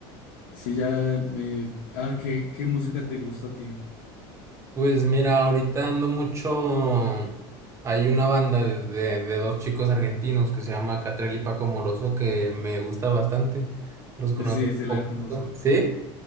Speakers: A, on the left; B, on the right.
A: sí, ya me... Ah, ¿qué, qué música te gusta a ti?
B: Pues mira, ahorita ando mucho... Hay una banda de, de- de dos chicos argentinos que se llama Catrel y Paco Moroso que me gusta bastante. Los conozco
A: Sí,
B: un
A: sí, la
B: poquito,
A: conozco.
B: ¿sí?